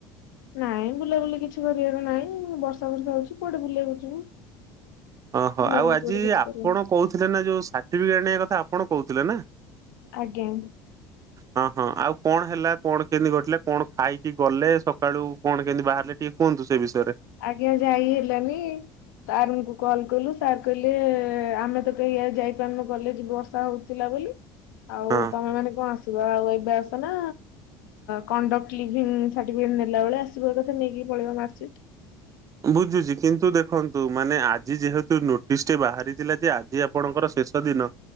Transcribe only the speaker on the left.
ନାଇଁ ବୁଲା ବୁଲି କିଛି କରିବାର ନାଇଁ ବର୍ଷା ଫର୍ଷା ହଉଛି କୁଆଡେ ବୁଲିିବାକୁ ଯିବୁ
ବୁଲାବୁଲି
କୁଆଡେ କିଛି
କରିବାନି
ଆଜ୍ଞା
ଆଜ୍ଞା ଯାଇ ହେଲାନି। ସାର୍ ଙ୍କୁ କଲ କଲୁ ସାର୍ କହିଲେ ଆମେ ତ କେହି ଯାଇପାରନୁ କଲେଜ ବର୍ଷା। ବର୍ଷା ହଉଥିଲା ବୋଲି ଆଉ
ତମେ ମାନେ କଣ ଆସିବ ଆଉ ଏବେ ଆସନା। କଣ୍ଡକ୍ଟ ଲିଭିଙ୍ଗ୍ ସାର୍ଟିଫିକେଟ୍ ନେଲା ବେଳେ ଆସିବ ଏକା ଥରେ ନେଇକି ପଳେଇବ ମାର୍କସିଟ୍।